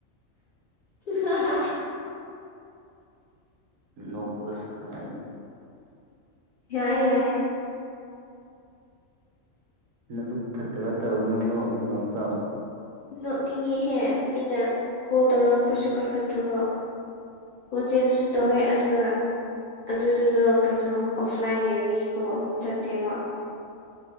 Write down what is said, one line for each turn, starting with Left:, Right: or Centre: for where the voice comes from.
Left: ꯍ ꯍ
Right: ꯅꯣꯛꯄꯒꯁꯥꯏ
Left: ꯌꯥꯏ ꯌꯥꯏ
Right: ꯅꯕꯨꯛ ꯐꯠꯇꯕ ꯇꯧꯅꯣꯀꯣ ꯈꯨꯅꯣꯛꯇꯣ
Left: ꯅꯣꯛꯅꯤꯡꯉꯤꯍꯦ ꯃꯤꯅ ꯀꯣꯜ ꯇꯧꯔꯒ ꯄꯁꯨ ꯄꯥꯏꯈꯠꯇ꯭ꯔꯕꯣ ꯋꯥꯆꯦꯞ ꯇꯥꯁꯨ ꯇꯧꯋꯦ ꯑꯗꯨꯒ ꯑꯗꯨꯗꯨꯗꯣ ꯀꯩꯅꯣ ꯑꯣꯐꯂꯥꯏꯟ ꯂꯩꯕꯒꯤꯀꯣ ꯆꯠꯇꯦꯕ